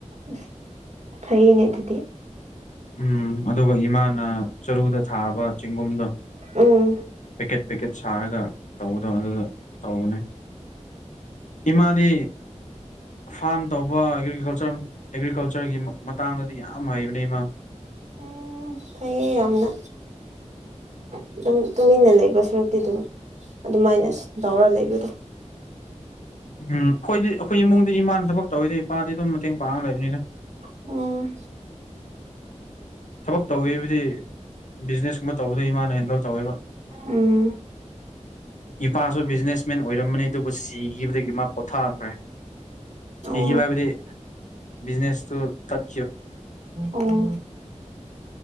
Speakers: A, on the right; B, on the left.
A: ꯑꯁ ꯐꯩꯌꯦꯅꯦ ꯑꯗꯨꯗꯤ
B: ꯎꯝ ꯑꯗꯨꯒ ꯏꯃꯥꯅ ꯆꯔꯨꯗ ꯊꯥꯕ ꯆꯦꯡꯒꯨꯝꯗꯣ
A: ꯎꯝ
B: ꯄꯦꯀꯦꯠ ꯄꯦꯀꯦꯠ ꯁꯥꯔꯒ ꯇꯧꯕꯗꯣ ꯑꯗꯨꯗ ꯇꯧꯕꯅꯦ ꯏꯃꯥꯗꯤ ꯐꯥꯝ ꯇꯧꯕ ꯑꯦꯒ꯭ꯔꯤꯀꯜꯆꯔ ꯑꯦꯒ꯭ꯔꯤꯀꯜꯆꯔꯒꯤ ꯃꯇꯥꯡꯗꯗꯤ ꯌꯥꯝ ꯍꯩꯕꯅꯤ ꯏꯃ
A: ꯎꯝ ꯐꯩꯌꯦ ꯌꯥꯝꯅ ꯑꯗꯨꯝ ꯇꯨꯃꯤꯟꯅ ꯂꯩꯕ ꯁꯨꯔꯨꯛꯇꯤ ꯑꯗꯨꯝ ꯑꯗꯨꯃꯥꯏꯅ ꯇꯧꯔ ꯂꯩꯕꯗꯣ
B: ꯎꯝ ꯑꯩꯈꯣꯏꯗꯤ ꯑꯩꯈꯣꯏꯒꯤ ꯏꯃꯨꯡꯗꯤ ꯏꯃꯥꯅ ꯊꯕꯛ ꯇꯧꯔꯤꯗ ꯏꯄꯥꯗꯤ ꯑꯗꯨꯝ ꯃꯇꯦꯡ ꯄꯥꯡꯉꯒ ꯂꯩꯕꯅꯤꯗ
A: ꯎꯝ
B: ꯊꯕꯛ ꯇꯧꯋꯤꯕꯨꯗꯤ ꯕꯤꯖꯤꯅꯦꯁꯀꯨꯝꯕ ꯇꯧꯕꯗ ꯏ ꯃꯥꯥꯅ ꯍꯦꯟꯗꯜ ꯇꯧꯋꯦꯕ
A: ꯎꯝ
B: ꯏꯄꯥꯁꯨ ꯕꯤꯖꯤꯅꯦꯁꯃꯦꯟ ꯑꯣꯏꯔꯝꯕꯅꯤ ꯑꯗꯨꯕꯨ ꯁꯤꯈꯤꯕꯗꯒꯤ ꯃꯥ ꯄꯣꯊꯥꯈ꯭ꯔꯦ ꯁꯤꯈꯤꯕ
A: ꯑꯣ
B: ꯍꯥꯏꯕꯗꯤ ꯕꯤꯖꯤꯅꯦꯁ ꯇꯨ ꯇꯠ
A: ꯑꯣ